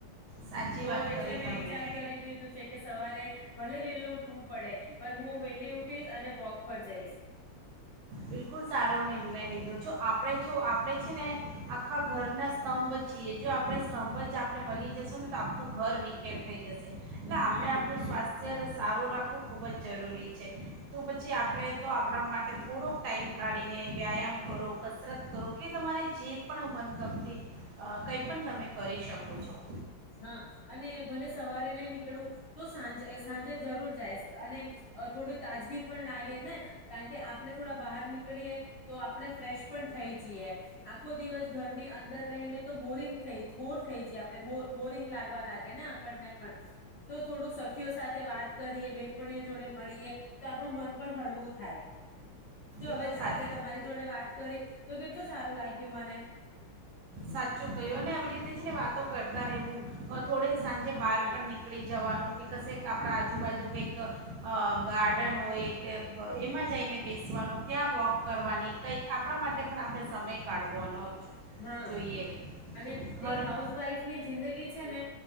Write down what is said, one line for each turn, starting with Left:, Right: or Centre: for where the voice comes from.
Right: સાચી
Left: તો
Right: વાત
Left: એટલે
Right: કરી
Left: મેં
Right: તમે
Left: વિચાર કરી દીધું છે કે સવારે ભલે વેલું ઉઠવું પડે પણ હું વેલી ઉઠીશ અને વોક પર જઈશ.
Right: બિલકુલ સારો નિર્ણય લીધો જો આપણે જો આપણે છે ને આખા ઘરના સ્તંભ છીએ જો આપણે સ્તંભ જ આપણે હલી જશું ને તો આખું ઘર વિખેર થઈ જ શે એટલે આપડે
Left: હમ
Right: આપણું સ્વાસ્થ્ય. સારું રાખવું ખૂબ જ જરૂરી છે, તો પછી આપણે તો આપણા માટે થોડુંક. ટાઈમ કાઢીને વ્યાયામ કરો, કસરત કરો, કે તમારે જે પણ મન ગમતી. અ કંઈ પણ તમે કરી શ બોલ જો.
Left: હા અને ભલે સવારે નઈ નીકળવું તો સાં સાંજે જરૂર જાય અને થોડી તાજગી પણ લાગે ને, કારણ કે આપણે થોડા બહાર નીકળીએ તો આપણે ફ્રેશ પણ થઈ જઈએ આખો દિવસ ઘરની અંદર રહીને તો બોરિંગ થઈ બોર થઈ જઈએ આપણે બોર. બોરિંગ લાગવા લાગે ને આપણને પણ તો થોડુંક સખીઓ સાથે વાત કરીએ બેનપણીઓ જોડે મળીએ તો આપણું મન પણ હળવું થાય. જો
Right: એ
Left: હવે
Right: તો સાચું
Left: આજે તમારી જોડે વાત કરી તો કેટલું સારું લાગ્યું મને.
Right: સાચું કયો આવી રીતે જ ને વાતો કરતા રહેવું થોડે. સાંજે બહાર
Left: હમ
Right: પણ નીકળી જવાનું કે કશેક આપડા આજુ. આજુ-બાજુ કઈક ગાર્ડન હોય કે એમાં જઈ ને બેસવાનું ત્યાં વો. કરવાની કંઈક. આપણા માટે
Left: હમ.
Right: પણ આપણે સમય કાઢવાનો જ.
Left: હ
Right: જોઈએ
Left: અને
Right: ઘર
Left: એક હાઉસવાઈફ ની જિંદગી છે ને